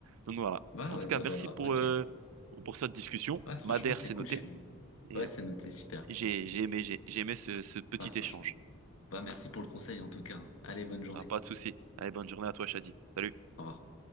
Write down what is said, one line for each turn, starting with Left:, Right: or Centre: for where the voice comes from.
Right: Donc voilà.
Left: Bah
Right: En
Left: ouais,
Right: tout cas,
Left: bah
Right: merci
Left: voilà,
Right: pour,
Left: ok.
Right: euh, pour, pour cette discussion.
Left: Ouais, franchement,
Right: Madère,
Left: c'est
Right: c'est
Left: cool,
Right: noté.
Left: je suis.
Right: Et
Left: Ouais,
Right: euh,
Left: c'est noté, super.
Right: j'ai j'ai aimé, j'ai j'ai aimé ce, ce petit
Left: Ouais, franchement.
Right: échange.
Left: Bah, merci pour le conseil, en tout cas. hein. Allez, bonne journée.
Right: Ah, pas de souci. Allez, bonne journée à toi, Shadi. Salut.
Left: Au revoir.